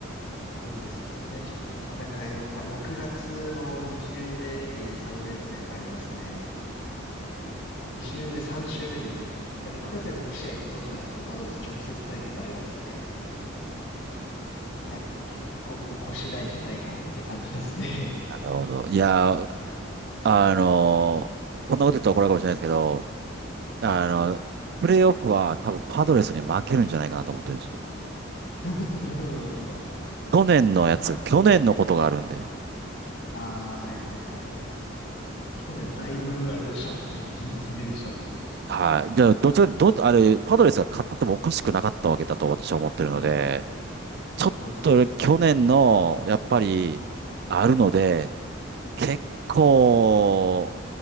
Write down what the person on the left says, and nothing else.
なんで、そこでちょっと戦えるか。6月の2週目に3連戦ありますね。2週目、3週目に、6月で6試合、ドジャースとパドレス直接対決ありますね。いや、結構ここ次第じゃないかなって感じですね。
<laughs> なるほど、なるほど。
それた、
ああ、はいはいはいはい。去年だいぶあれでしたもんね。ギリギリでしたもんね。
うんうん。
そうですよ。
はい。